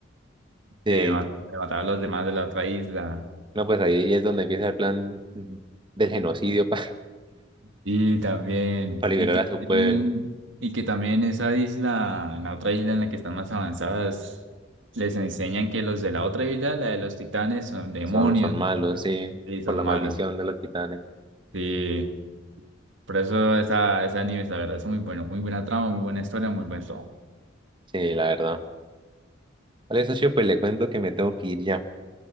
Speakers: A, on the right (about 25°); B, on the right (about 65°).
A: Sí.
B: de ma- de matar a los demás de la otra isla.
A: No, pues ahí es donde empieza el plan del genocidio para
B: Y también,
A: <laughs> liberar
B: y que
A: a
B: también,
A: su pueblo.
B: y que también esa isla, la otra isla en la que están más avanzadas, les enseñan que los de la otra isla, la de los titanes, son demonios,
A: Son, son malos,
B: entonces,
A: sí,
B: sí, son
A: por la
B: malos.
A: maldición de los titanes.
B: Sí, por eso esa, esa anime la verdad, es muy bueno, muy buena trama, muy buena historia, muy buen todo.
A: Sí, la verdad. Vale, socio, pues le cuento que me tengo que ir ya.